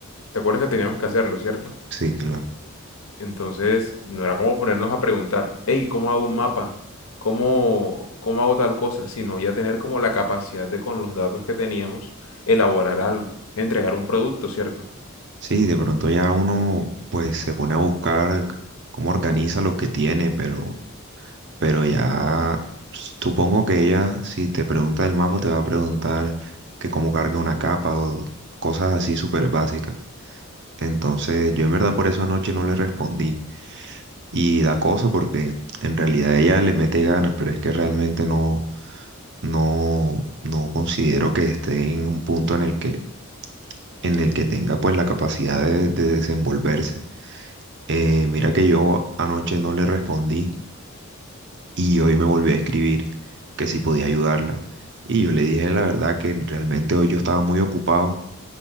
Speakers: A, on the left; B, on the right.
A: ¿Te acuerdas que teníamos que hacerlo, cierto?
B: Sí, claro.
A: Entonces, no era como ponernos a preguntar, hey, ¿cómo hago un mapa? ¿Cómo, cómo hago tal cosa? Sino ya tener como la capacidad de con los datos que teníamos, elaborar algo, entregar un producto, ¿cierto?
B: Sí, de pronto ya uno pues se pone a buscar c- cómo organiza lo que tiene, pero, pero ya supongo que ella, si te pregunta el mapa, te va a preguntar que cómo carga una capa o cosas así súper básicas. Entonces, yo en verdad por eso anoche no le respondí. Y da cosa porque en realidad ella le mete ganas, pero es que realmente no, no, no considero que esté en un punto en el que, en el que tenga pues la capacidad de de desenvolverse. Eh, mira que yo anoche no le respondí y hoy me volvió a escribir que si podía ayudarla. Y yo le dije la verdad que realmente hoy yo estaba muy ocupado